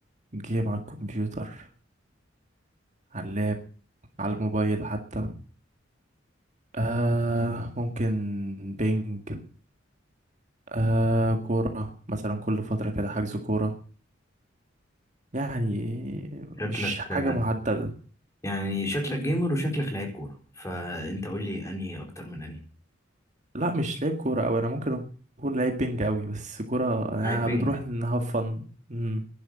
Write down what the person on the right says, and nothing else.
جيم على الكمبيوتر على اللاب على الموبايل حتى آه ممكن بينج آه كورة مثلا كل فترة كده حجز كورة يعني
مش
حاجة محددة
لا مش لعيب كورة أوي أنا ممكن أكون لعيب بينج أوي بس كورة آه
بنروح نهاف فن مم.